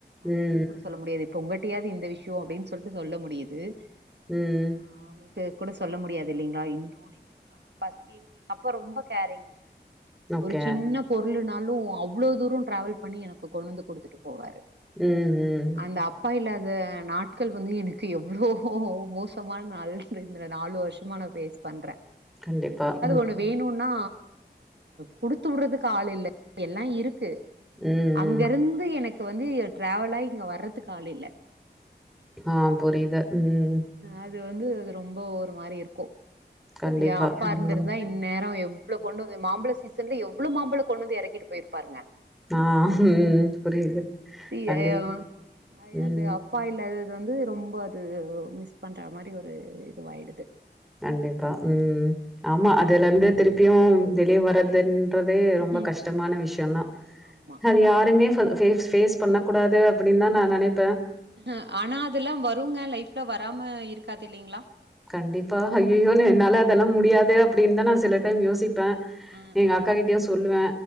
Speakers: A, on the right (about 75°); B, in the centre.
A: அத
B: ம்.
A: வெளிய கூடஸ் சொல்ல முடியாது இப்போ உங்கிட்டயாவது இந்த விஷ்யோ அப்டின் சொல்ட்டு சொல்ல முடியுது
B: ம்.
A: ஆ ஆ அவுங்குளுக் க்கு கூட சொல்ல முடியாது இல்லிங்களா இன்னூன் நீங்க ஃபீல் பணா பசிங் அப்ப ரொம்ப கேறிங்கங்க
B: ஓகே.
A: ஒரு சின்னப் பொருளுனாலு அவ்வளோ தூரோ டிரேவல் பண்ணி எனக்கு கொண்டு வந்து குடுத்துட்டு போவாரு
B: ம் ம்
A: அந்த அப்பா இல்லாத நாட்கள் வந்து எனக்கு எவ்வளவோ மோசமான நாள் இந்த நாலு வருஷமா நா ஃபேஸ் பண்ற
B: கண்டிப்பா ம்
A: ஒன்னு வேணுன்னா குடுத்து உடுறதுக்கு ஆள் இல்ல எல்லா இருக்கு
B: ம்,
A: அங்க
B: ம்.
A: இருந்து எனக்கு வந்து டிரவலாயி இங்க வர்றதுக்கு ஆள் இல்ல
B: ஆ புரியுது ம்
A: அது வந்து அது ரொம்போ ஒரு மாரி இருக்கு
B: கண்டிப்பா.
A: பத்தீயா அப்பா
B: ம்.
A: இருந்தது இந்நேரே எவ்வளோ கொண்டு வந்து மாம்பழ சீசன்ல எவ்வளோ மாம்பழோ கொண்டு வந்து எறக்கிட்டு போயிருப்பாங்க
B: ஆ ம் புரியுது
A: தி-
B: கண்டிப்பா
A: அஹ்
B: ம்
A: அது அப்பா இல்லாதது வந்து ரொம்போ அது மிஸ் பண்ற மாரி ஒரு இதுவாயிடுது
B: கண்டிப்பா ம் ஆமா அதுல இருந்து திருப்பியும் வெளிய வர்றதுன் ட்றதே ரொம்ப
A: ம்
B: கஷ்டமான விஷயோந்தா
A: ஆமா
B: அது யாருமே ஃபஸ் ஃபேஸ் ஃபேஸ் பண்ண கூடாது அப்டின் தா நா நெனைப்ப
A: அ ஆ ஆனா அதெல்லாம் வருங்க லைஃப்ல வராம இருக்காது இல்லிங்களா
B: கண்டிப்பா ஐயையோன்னு என்னால அதெல்லாம் முடியாது அப்டின் தா நா சில யோசிப் ப்ப
A: ம்
B: எங்க
A: ம்
B: அக்கா கிட்டயு சொல்லுவ